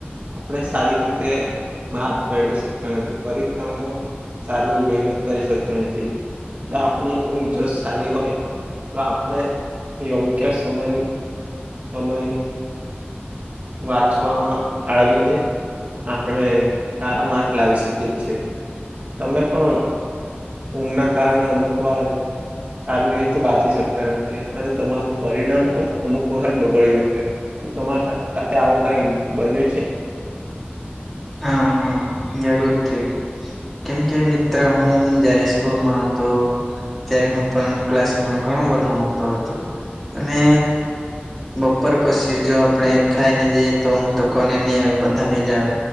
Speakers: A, on the right; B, in the centre.
A: આપણે સારી રીતે માર્ક મેળવી શકતા નથી પરીક્ષામાં સારી મહેનત કરી શકતા નથી જો આપણે આપણી ઊંઘ જો સારી હોય તો આપણે યોગ્ય સમયની સમય વાંચવામાં ફાળવીને આપડે તારા મા લાવી શકીએ છીએ તમે પણ ઊંઘના કારણે અમુક એક વાર સારી રીતે વાંચી શકતા નથી અને તમારું પરિણામ પણ અમુક વખત બગડ્યું હશે તમારા સાથે આવું કઈ બન્યું છે
B: હા હા જરૂર થઈ કેમ કે મિત્ર હું જય સ્કૂલમાં હતો ત્યારે હું પણ ક્લાસમાં ઘણો બધા તો હતો અને બપોર પછી જો આપણે ખાઈ ને જઈએ તો ઊંઘ તો કોને નહી આવે બધા ને જ આવે